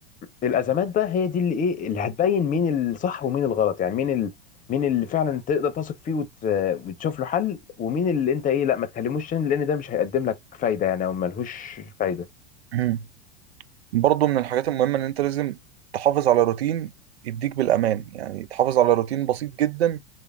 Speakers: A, on the left (about 25°); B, on the right (about 70°).
A: الازمات بقى هي دي اللي ايه اللي هتبين مين الصح ومين الغلط يعني مين ال... مين اللي فعلا تقدر تثق فيه وت... وتشوف له حل ومين اللي انت ايه لا ما تكلموش تاني لان ده مش هيقدم لك فايدة يعني او ملهوش فايدة
B: مم. برضو من الحاجات المهمة ان انت لازم تحافظ على روتين يديك بالامان يعني تحافظ على روتين بسيط جدا